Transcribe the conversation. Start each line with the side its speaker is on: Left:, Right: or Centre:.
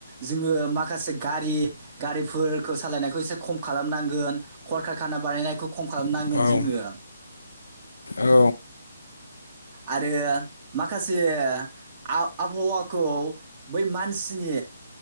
Right: जोङो माखासे गारि गारिफोरखौ सालायनायखौ एसे खम खालामनांगोन, खरखारखाना बानायनायखौ खम खालामनांगोन
Left: औ
Right: जोङो।
Left: औ उम औ
Right: आरो माखासे आब-आबहावाखौ बै मानसिनि